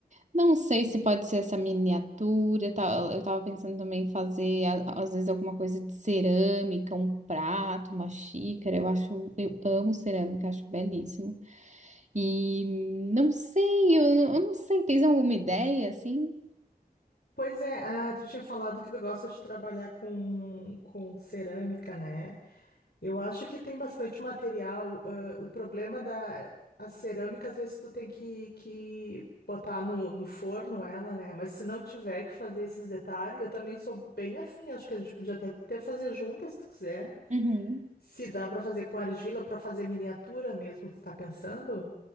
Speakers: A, on the right; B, on the left.
A: Não sei se pode ser essa miniatura. tá- Eu tava pensando também em fazer, a- às vezes, alguma coisa de cerâmica, um prato, uma xícara. Eu acho, eu amo cerâmica, acho belíssimo. E não sei, eu, eu não sei, tens alguma ideia assim?
B: Pois é, ah, tu tinha falado que tu gosta de trabalhar com, com cerâmica, né? Eu acho que tem bastante material. ãh, o problema da a cerâmica, às vezes, tu tem que, que botar no, no forno ela, né? Mas se não tiver que fazer esses detalhes, eu também sou bem afim. Acho que a gente podia até, até fazer juntas, se tu quiser.
A: Uhum.
B: Se dá para fazer com argila, para fazer miniatura mesmo, tu tá pensando?